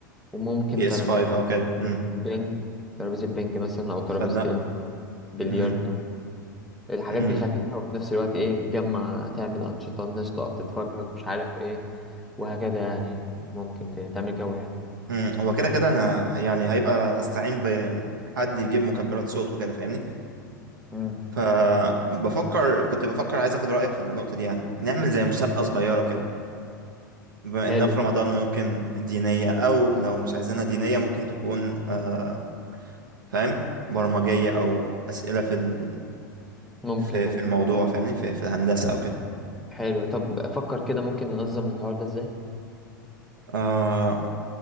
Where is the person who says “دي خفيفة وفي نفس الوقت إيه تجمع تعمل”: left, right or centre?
Centre